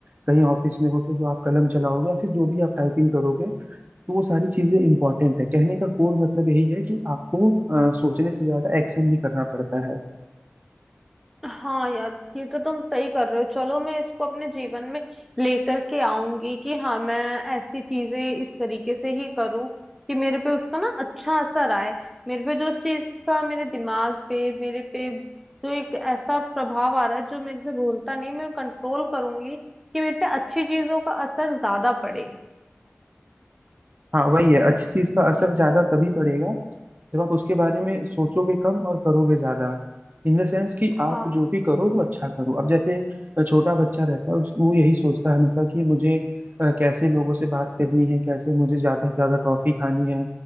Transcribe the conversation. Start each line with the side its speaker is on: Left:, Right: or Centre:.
Right: कहीं ऑफिस में हो तो जो आप कलम चलाओगे या फिर जो भी आप टाइपिंग करोगे तो वो सारी चीजें इंपॉर्टेंट है कहने का कोर मतलब यही है कि आपको अ, सोचने से ज्यादा एक्शन भी करना पड़ता है
Centre: हाँ यार ये तो तुम सही कर रहे हो चलो मैं इसको अपने जीवन में लेकर के आऊंगी कि हाँ मैं ऐसी चीजें इस तरीके से ही करूं कि मेरे पे उसका ना अच्छा असर आए मेरे पे जो उस चीज का मेरे दिमाग पे मेरे पे जो एक ऐसा प्रभाव आ रहा है जो मेरे से भूलता नहीं मैं कंट्रोल करूंगी कि मेरे पे अच्छी चीजों का असर ज्यादा पड़े
Right: हाँ वही है अच्छी चीज का असर ज्यादा तभी पड़ेगा जब आप उसके बारे में सोचोगे कम और करोगे ज्यादा इन द सेंस कि आप
Centre: हाँ
Right: जो भी करो वो अच्छा करो अब जैसे अ, छोटा बच्चा रहता है उस- वो यही सोचता है हमेशा कि मुझे अ, कैसे लोगों से बात करनी है कैसे मुझे ज्यादा से ज्यादा टॉफी खानी है